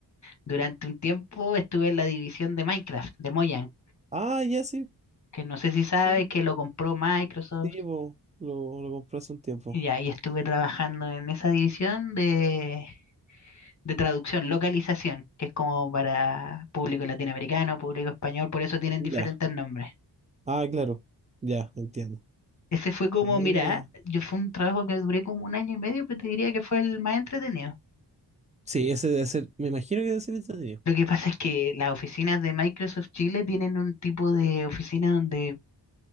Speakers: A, on the left; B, on the right.
A: durante un tiempo estuve en la división de Minecraft, de Mojang,
B: Ah, ya sí.
A: que no sé si sabes
B: Sí,
A: que lo compró Microsoft.
B: sí, po, Lo, lo compré hace un tiempo.
A: Y ahí estuve trabajando en esa división de de traducción, localización, que es como para público latinoamericano, público español, por eso tienen
B: Ya.
A: diferentes nombres.
B: Ah, claro. Ya, entiendo.
A: Ese fue como,
B: Mira.
A: mira, yo fue un trabajo que duré como un año y medio, pero te diría que fue el más entretenido.
B: Sí, ese debe ser, me imagino que debe ser entretenido.
A: Lo que pasa es que las oficinas de Microsoft Chile tienen un tipo de oficina donde,